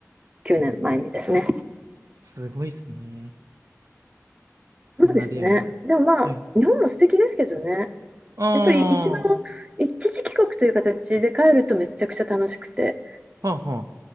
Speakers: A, on the right; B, on the right.
A: 9年前にですね。
B: すごいっすね。
A: そうですね。
B: そんな出会いが。
A: でもまあ、
B: はい。
A: 日本も素敵ですけどね。
B: ああ、
A: やっぱり一度、
B: は
A: 一時帰国という形で帰るとめちゃくちゃ楽しくて、
B: あは